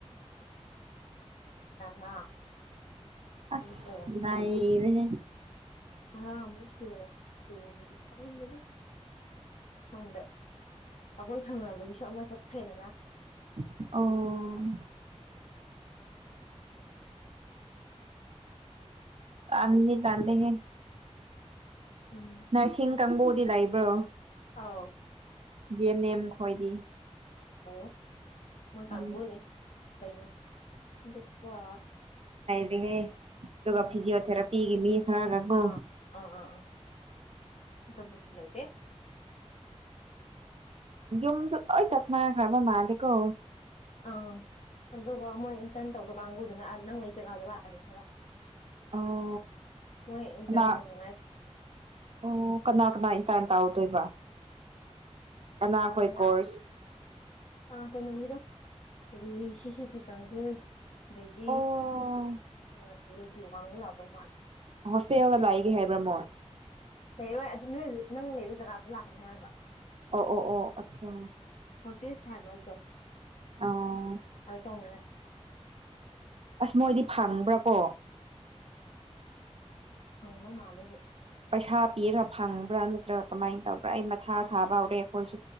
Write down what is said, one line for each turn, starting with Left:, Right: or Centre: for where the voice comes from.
Left: ꯇꯔꯥ
Right: ꯑꯁ
Left: ꯎꯝ ꯑꯦ
Right: ꯅꯩꯔꯦꯍꯦ
Left: ꯇꯔꯥꯃꯨꯛ ꯁꯨꯒꯦꯔ ꯁꯨꯒꯅꯤ ꯈꯪꯗꯦꯗ ꯈꯪꯗꯦ ꯑꯈꯣꯏ ꯊꯪꯅꯕꯒꯤꯁꯨ ꯑꯃ ꯆꯠꯈ꯭ꯔꯦꯗꯅ
Right: ꯑꯣ ꯇꯥꯟꯗꯤ ꯇꯥꯜꯂꯦꯍꯦ
Left: ꯎꯝ
Right: ꯅꯔꯁꯤꯡ ꯀꯥꯡꯕꯨꯗꯤ ꯂꯩꯕ꯭ꯔꯣ
Left: ꯑꯥꯎ
Right: ꯖꯤ ꯑꯦꯟ ꯑꯦꯝ ꯈꯣꯏꯗꯤ
Left: ꯂꯩꯌꯦ ꯃꯣꯏ ꯀꯥꯡꯕꯨꯅꯤ
Right: ꯎꯝ
Left: ꯑꯈꯣꯅꯦ ꯑꯗꯨꯒ
Right: ꯑꯦ ꯑꯗꯨꯒ
Left: ꯎꯝ
Right: ꯐꯤꯖꯤꯑꯣ ꯊꯦꯔꯥꯄꯤꯒꯤ ꯃꯤ ꯈꯔꯒꯀꯣ
Left: ꯑꯥ ꯑꯥ ꯑꯥ ꯑꯥ ꯑꯇꯣꯞꯄꯗꯤ ꯂꯩꯇꯦ
Right: ꯌꯨꯝꯁꯨ ꯂꯣꯏ ꯆꯠꯅꯈ꯭ꯔꯕ ꯃꯥꯜꯂꯦꯀꯣ
Left: ꯑꯥ ꯑꯗꯨꯒ ꯃꯣꯏ ꯏꯟꯇꯔꯟ ꯇꯧꯗꯣ ꯀꯥꯡꯕꯨꯗꯨꯅ ꯑꯥ ꯅꯪ ꯂꯩ ꯖꯒꯥꯗ ꯂꯥꯛꯀꯅꯤ ꯈꯔ
Right: ꯑꯣ
Left: ꯃꯣꯏ ꯏꯟꯇꯔꯟ
Right: ꯀꯅꯥ
Left: ꯇꯧꯅꯤꯡꯉꯥꯏ
Right: ꯑꯣ ꯀꯅꯥ ꯀꯅꯥ ꯏꯟꯇꯔꯟ ꯇꯥꯎꯗꯣꯏꯕ ꯀꯅꯥ ꯍꯣꯏ
Left: ꯌꯥꯕ
Right: ꯀꯣꯔꯁ
Left: ꯑꯥ ꯀꯩꯅꯩꯒꯤꯗꯣ ꯀꯔꯤ ꯁꯤꯁꯤ ꯇꯤ ꯀꯥꯡꯕꯨ ꯑꯩꯗꯩꯗꯤ
Right: ꯑꯣ
Left: ꯑꯥ ꯔꯦꯗꯤꯌꯣ ꯀꯥꯡꯕꯨꯨ ꯂꯥꯛꯇꯧ ꯃꯥꯜꯂꯦ
Right: ꯍꯣꯁꯇꯦꯜꯗ ꯂꯩꯒꯦ ꯍꯥꯏꯕ꯭ꯔꯥ ꯃꯣꯏ
Left: ꯂꯩꯔꯣꯏ ꯑꯗꯨ ꯅꯣꯏ ꯅꯪ ꯂꯩꯕ ꯖꯒꯥꯗ ꯂꯥꯛꯀꯅꯤ ꯍꯥꯏꯔꯒ
Right: ꯑꯣ ꯑꯣ ꯑꯣ ꯑꯆꯥ
Left: ꯄꯤꯁ ꯍꯥꯏꯕ꯭ꯔꯥꯗꯣ
Right: ꯑꯣ
Left: ꯑꯗꯨ ꯇꯧꯅꯤꯡꯉꯥꯏ
Right: ꯑꯁ ꯃꯣꯏꯗꯤ ꯐꯪꯕ꯭ꯔꯥ ꯀꯣ
Left: ꯐꯪꯕ ꯃꯥꯜꯂꯦꯕꯨ
Right: ꯄꯩꯁꯥ ꯄꯤꯔꯥ ꯐꯪꯕ꯭ꯔꯥ ꯅꯠꯇ꯭ꯔꯒ ꯀꯃꯥꯏꯅ ꯇꯧꯕ꯭ꯔꯥ ꯑꯩ ꯃꯊꯥ ꯁꯥꯕ ꯍꯧꯔꯦ ꯑꯩꯈꯣꯏꯁꯨ